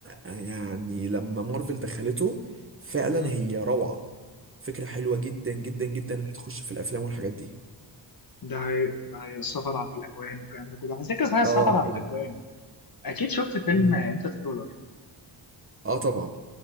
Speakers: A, on the right; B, on the left.
A: يعني لما مارفل دخلته فعلا
B: مم.
A: هي روعه فكره حلوه جدا جدا جدا اللي تخش في الافلام والحاجات دي
B: ده هي ده هي السفر عبر الاكوان والكلام ده كله على ذكر صحيح السفر
A: اه
B: عبر
A: يعني
B: الاكوان اكيد شفت فيلم
A: مم.
B: انترستولر
A: اه طبعا